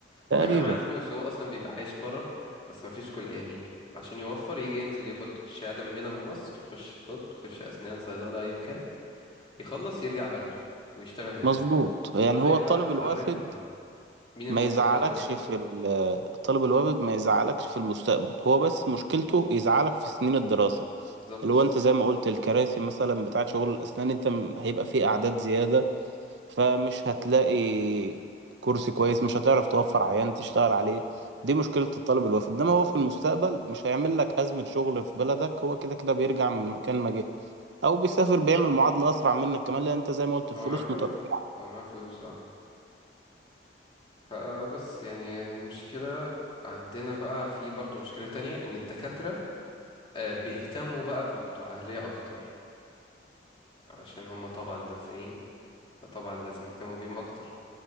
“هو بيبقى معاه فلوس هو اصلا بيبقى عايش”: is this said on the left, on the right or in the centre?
Left